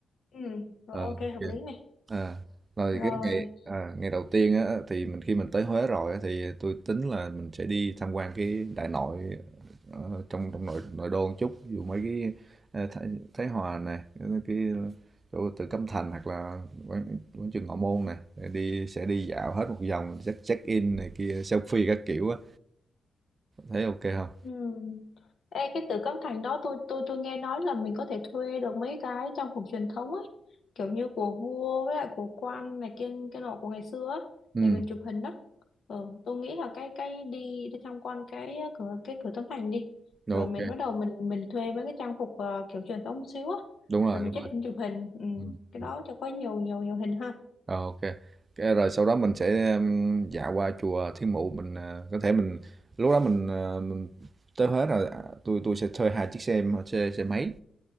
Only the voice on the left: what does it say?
ừ rồi
ok
hợp lý này
rồi
Ừ. Ê, cái từ cấm thành đó tôi tôi tôi nghe nói là mình có thể thuê được mấy cái trang phục truyền thống ấy kiểu như của vua với lại của quan này kia cái nọ của ngày xưa á,
để mình chụp hình đó ừ, tôi nghĩ là cái cái đi đi tham quan cái ờ, cửa cái cửa tấm thành đi
rồi mình bắt đầu mình mình thuê mấy cái trang phục ờ, kiểu truyền thống một xíu á
rồi mình
check
in chụp hình ừ,
cái
đó cho có nhiều nhiều nhiều hình ha